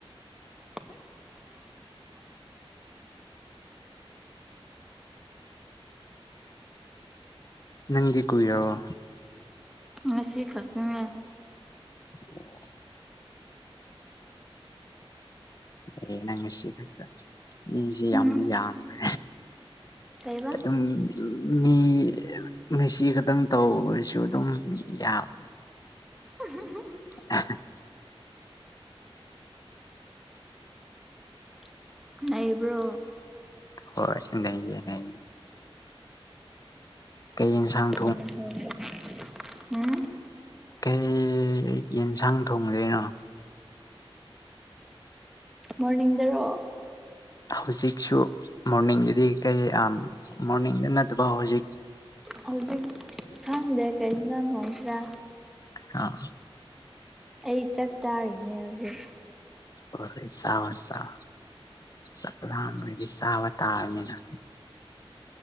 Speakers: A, in the centre; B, on the left.
A: <inaudible>
B: ꯅꯪꯒꯤ ꯀꯨꯏꯔꯕ
A: ꯉꯁꯤ ꯈꯛꯇꯅꯦ
B: ꯑꯣ ꯑꯦ ꯅꯪ ꯉꯁꯤ ꯈꯛꯇ ꯃꯤꯖꯤ ꯌꯥꯝꯗꯤ
A: ꯎꯝ
B: ꯌꯥꯝꯈ꯭ꯔꯦ꯫
A: ꯀꯩꯕ
B: ꯑꯗꯨꯝ ꯃꯤ ꯉꯁꯤ ꯈꯛꯇꯪ ꯇꯧꯕꯁꯨ ꯑꯗꯨꯝ ꯌꯥꯝ
A: <unintelligible>
B: <unintelligible>
A: <unintelligible> ꯅꯩꯕ꯭ꯔꯣ?
B: ꯍꯣꯏ ꯅꯩꯌꯦ - ꯅꯩꯌꯦ ꯀꯩ ꯏꯟꯁꯥꯡ
A: <unintelligible>
B: ꯀꯩ ꯌꯦꯟꯁꯥꯡ ꯊꯣꯡꯗꯣꯏꯅꯣ?
A: ꯃꯣꯔꯅꯤꯡꯗꯔꯣ?
B: ꯍꯧꯖꯤꯛꯁꯨ ꯃꯣꯔꯅꯤꯡꯗꯗꯤ ꯀꯩ ꯑꯥꯝ ꯃꯣꯔꯅꯤꯡꯗ ꯅꯠꯇꯕ ꯍꯧꯖꯤꯛ꯫
A: ꯍꯧꯖꯤꯛ ꯈꯪꯗꯦ ꯀꯩ ꯏꯟꯖꯥꯡ ꯊꯣꯡꯁꯤꯔ꯫
B: ꯑ
A: ꯑꯩ ꯆꯛ ꯆꯥꯔꯤꯅꯦ ꯍꯧꯖꯤꯛ꯫
B: ꯍꯣꯏ ꯆꯥꯔꯣ ꯆꯥꯔꯣ ꯆꯛ ꯂꯥꯝꯕꯒꯤ ꯆꯥꯕ ꯇꯥꯕꯅꯤꯅ꯫